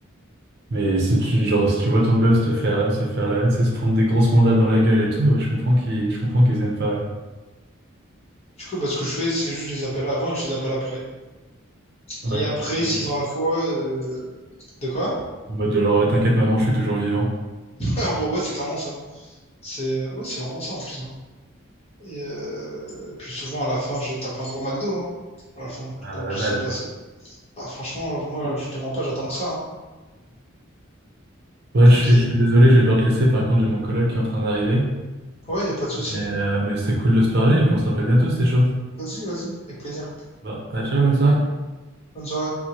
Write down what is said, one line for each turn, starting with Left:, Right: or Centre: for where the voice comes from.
Right: mais si tu, genre, si tu vois ton gosse te faire, euh, se faire la, tu sais, se prendre des grosses mandats dans la gueule et tout, ouais, je comprends qu'ils, je comprends qu'ils aiment pas.
Left: du coup, bah, ce que je fais, c'est juste je les appelle avant et je les appelle après.
Right: Ouais,
Left: Et
Right: Ouais.
Left: après,
Right: en mode,
Left: s'ils ont la foi, euh, de quoi?
Right: en mode de genre, ouais, t'inquiète, maman, je suis toujours vivant.
Left: <laughs> Ouais, en gros, ouais, c'est clairement ça. C'est, euh, ouais, c'est vraiment ça en plus. hein. Et euh, puis souvent, à la fin, je tape un gros McDo, hein. À la fin,
Right: Ah,
Left: quand
Right: à la
Left: tout
Right: base.
Left: s'est passé. Bah, franchement, moi, je te mens pas, j'attends que ça, hein.
Right: Ouais, je
Left: Ok.
Right: suis, je suis désolé, je vais devoir te laisser. Par contre, j'ai mon coloc qui est en train d'arriver.
Left: Ouais, y a pas de souci.
Right: Mais, euh, mais c'était cool de se parler et puis on se rappelle bientôt, c'était chaud.
Left: Vas-y, vas-y, avec plaisir.
Right: Bah, bah, ciao, bonne soirée.
Left: Bonne soirée.